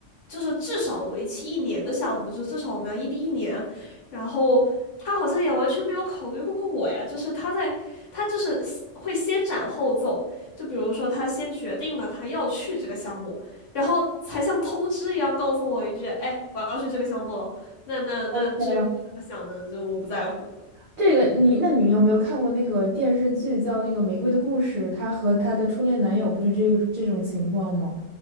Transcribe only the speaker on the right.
OK 了，
这个你，那你有没有看过那个电视剧叫那个《玫瑰的故事》？她和她的初恋男友不是这个这种情况吗？